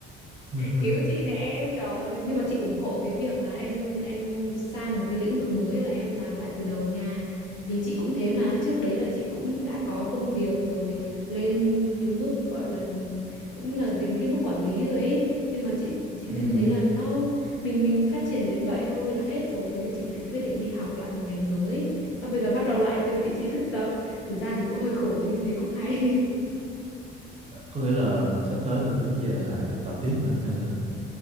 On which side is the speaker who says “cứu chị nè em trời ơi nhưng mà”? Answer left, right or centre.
Left